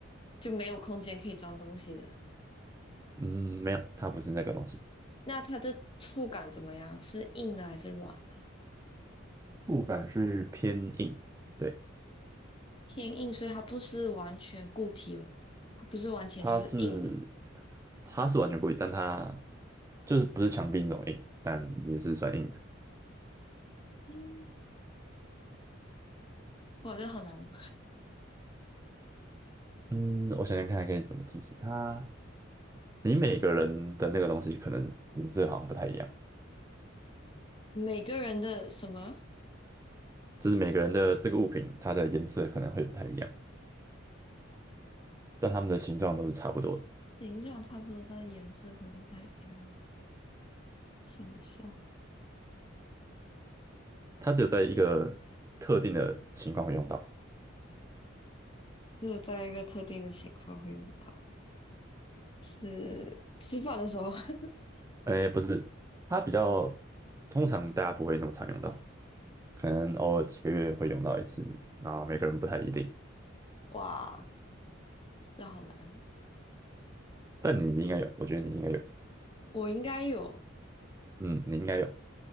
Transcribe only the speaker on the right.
嗯，没有，它不是那个东西，
触感是偏硬，对，
它是它它是完全故意，但它就是不是墙壁那种硬，但也是算硬的。
嗯，我想想看，可以怎么提示它？你每个人的那个东西可能颜色好像不太一样，
就是每个人的这个物品，它的颜色可能会不太一样，但它们的形状都是差不多的。
它只有在一个特定的情况会用到。
哎，不是，它比较通常大家不会那么常用到，可能偶尔几个月会用到一次，然后每个人不太一定。
但你应该有，我觉得你应该有，
嗯，你应该有，